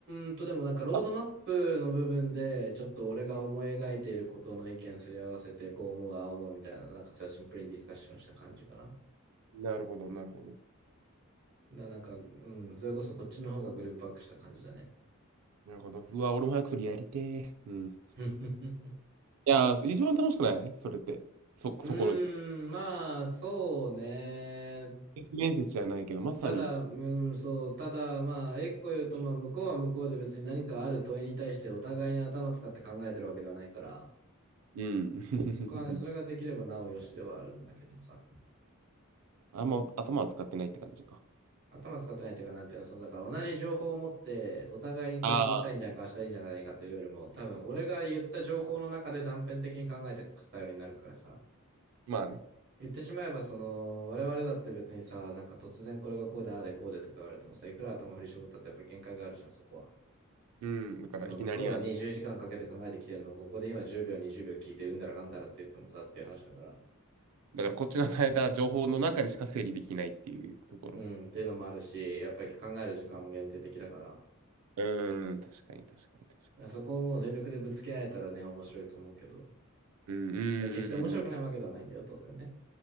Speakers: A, on the right; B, on the right.
A: ーんと、でもなんかロードマップの部分で、
B: あ
A: ちょっと俺が思い描いていることの意見すり合わせて、こう思う、ああ思うみたいな、なんかそれはシンプルにディスカッションした感じかな。
B: なるほど、なるほど。
A: な、なんか、うん、それこそこっちの方がグループワークした感じだね。
B: なるほど。うわ、俺も早くそれやりてー。うん。
A: <laughs>
B: いやー、一番楽しくないそれって。そ、
A: うーん、
B: そこ、
A: まあ、そうね。
B: 面接じゃないけど、まさに、
A: ただ、うん、そう、ただ、まあ、一個言うと、まあ、向こうは向こうで別に何かある問いに対してお互いに頭使って考えてるわけではないから、
B: うん。
A: そこはね、それができればなおよしではあるんだけどさ。
B: <laughs> あんま頭は使ってないって感じか。
A: 頭使ってないというか、なんていうの、その、だから同じ情報を持って、お互いにこう、
B: ああ。
A: こうしたいんじゃないか、ああしたいんじゃないかというよりも、多分、俺が言った情報の中で断片的に考えていくスタイルになるからさ。
B: まあね。
A: 言ってしまえば、その、我々だって別にさ、なんか突然これがこうだ、ああでこうでとか言われてもさ、いくら頭振り絞ったってやっぱ限界があるじゃん、そこは。
B: うん。だから、
A: その、
B: いきなりあの、
A: 向こうが20時間かんかけて考えてきてるのを、ここで今10秒、20秒聞いて、うんだらがんだらって言ってもさ、っていう話だから。
B: だからこっちの与えた情報の中でしか整理できないっていうところ。
A: うん、っていうのもあるし、やっぱり考える時間も限定的だから、
B: うん、確かに、確かに、確かに。
A: そこをもう全力でぶつけ合えたらね、面白いと思うけど。
B: うん、うん、
A: や、決して面白くないわけではないんだよ、
B: うん、
A: 当然ね。